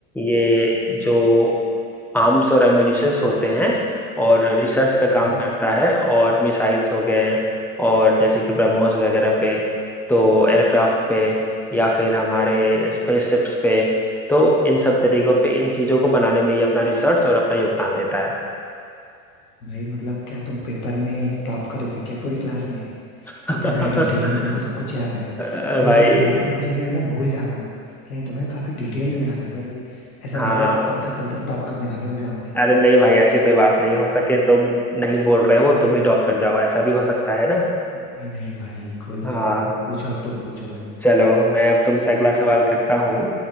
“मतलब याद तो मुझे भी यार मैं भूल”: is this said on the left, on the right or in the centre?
Left